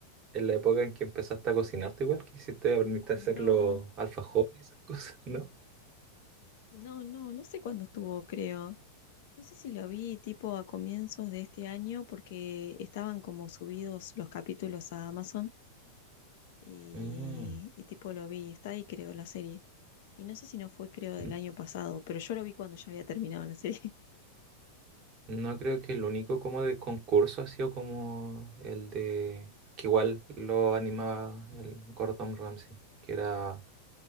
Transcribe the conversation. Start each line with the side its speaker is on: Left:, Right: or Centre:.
Right: en la época en que empezaste a cocinarte igual que hiciste, aprendiste
Left: no,
Right: a hacer los alfajores y esas cosas, ¿no?
Left: no, no, no sé cuándo estuvo, creo. No sé si lo vi tipo a comienzos de este año porque estaban como subidos los capítulos a Amazon y,
Right: Mm,
Left: y tipo lo vi, está ahí creo la serie. Y no sé si no fue creo del
Right: n-
Left: año pasado, pero yo lo vi cuando ya había terminado la serie. <laughs>
Right: No creo que el único como de concurso ha sido como el de que igual lo animaba el Gordon Ramsay, que era